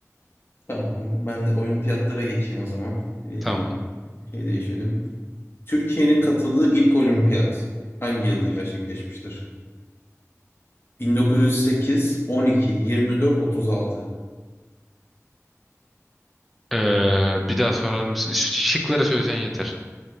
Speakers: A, on the left (about 45°); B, in the centre.
A: tamam. Ben de olimpiyatlara geçeyim o zaman. Ee,
B: tamam.
A: şey değişelim. Türkiye'nin katıldığı ilk olimpiyat hangi yılda gerçekleşmiştir? 1908, 12, 24, 36.
B: Ee, bir daha sorar mısın? Ş- Şıkları söylesen yeter.